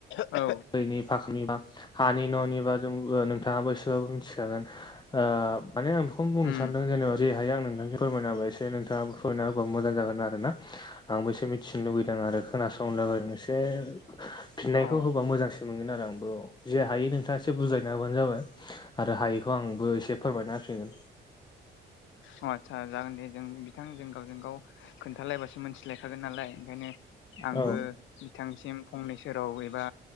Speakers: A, on the left; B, on the left.
A: औ।
B: दैनि फाखानिबा हानि न'निबा जों ओ नोंथाङाबो एसेबाबो मिथिखागोन। ओ माने आं बेखौनो बुंनो
A: उम
B: सानदों जेनेबा जि हायो आं नोंनो फोरमायना होबाय एसे नोंथाङाबो फोरमायना होबा मोजां जागोन आरो ना आंबो एसे मिथिनो लुबैदों आरो खोनासंनो लोगो एसे फिननायखौ
A: अ
B: होबा मोजांसिन मोनगोन आरो आंबो औ जि हायो नोंथाङा एसे बुजायना होबानो जाबाय आरो हायैखौ आंबो एसे फोरमायना होफिनगोन।
A: अ आदसा जागोन दे जों बिथां जों गावजों गाव खोन्थालायबासो मोनथि लायखागोन नालाय ओंखायनो आंबो
B: औ
A: बिथांसिम फंनैसो राव एबा